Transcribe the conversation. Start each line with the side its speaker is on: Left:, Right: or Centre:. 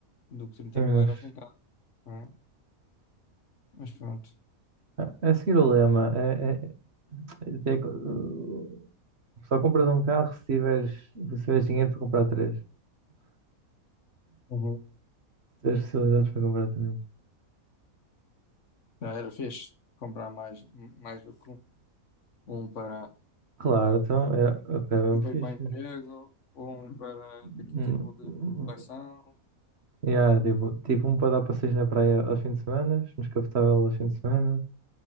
Left: do que 30
Right: Sim, mas...
Left: mil euros num carro, não é? Mas pronto.
Right: ah, É seguir o lema. É, é- é- é- é- só compras um carro se tiveres, se tiveres dinheiro para comprar três.
Left: Uhum.
Right: Ter especialidades para comprar talentos.
Left: Já era fixe comprar mais, mais do que um. Um para,
Right: Claro, então é, ok, é mesmo
Left: um para
Right: fixe.
Left: ir para o emprego, um para
Right: Hum,
Left: daquele tipo de
Right: hum,
Left: coleção.
Right: Yeah, tipo, tipo um para dar passeios na praia aos fins de semana, um descapotável aos fins de semana,